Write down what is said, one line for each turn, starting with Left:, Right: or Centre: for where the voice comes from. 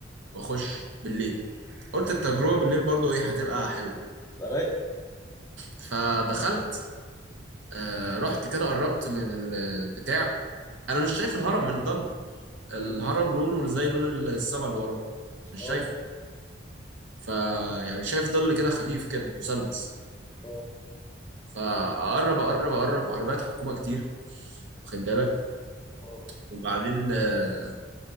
Right: واخش بالليل
Left: كويس
Right: قلت التجربه بالليل برضو ايه هتبقى حلوه
Left: تبقى رايق
Right: فدخلت آه رحت كده قربت من ال- البتاع انا مش شايف الهرم من الضلمه
Left: اكيد
Right: الهرم لونه زي لون السما اللي وراه مش
Left: اه
Right: شايفه ف يعني شايف ظل كده خفيف كده مثلث
Left: اه
Right: فاقرب اقرب اقرب عربيات حكومه كتير واخد بالك
Left: اه
Right: وبعدين آه،